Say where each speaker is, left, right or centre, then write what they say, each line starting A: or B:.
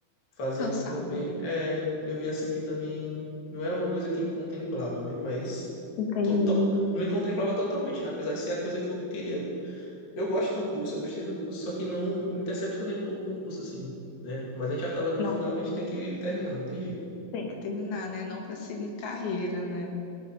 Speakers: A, on the left; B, on the left.
A: fazendo
B: Cansado.
A: também. É, eu vi assim que também não era uma coisa que me contemplava, né? Mas
B: Entendi.
A: to- to- não me contemplava totalmente, né? Apesar de ser a coisa que eu queria. Eu gosto do curso, eu gostei do curso, só que não, eu me decepcionei um pouco com o curso, assim, né? Mas a gente já tava ali no
B: Não
A: final, a gente tem que terminar, não tem jeito.
B: tem que terminar, né? Não pra seguir carreira, né?